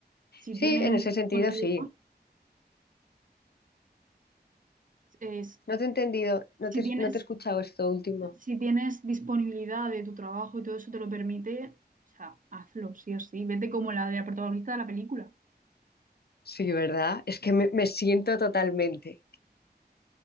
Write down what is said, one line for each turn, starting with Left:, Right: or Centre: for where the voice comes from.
Right: si
Left: sí,
Right: tienes
Left: en ese
Right: disponibilidad,
Left: sentido sí.
Right: es-
Left: No te he entendido, no
Right: si
Left: te,
Right: tienes,
Left: no te he escuchado esto último.
Right: si tienes disponibilidad de tu trabajo y todo eso te lo permite, o sea, hazlo, sí o sí. Vete como la de la protagonista de la película.
Left: Sí, ¿verdad? Es que me, me siento totalmente.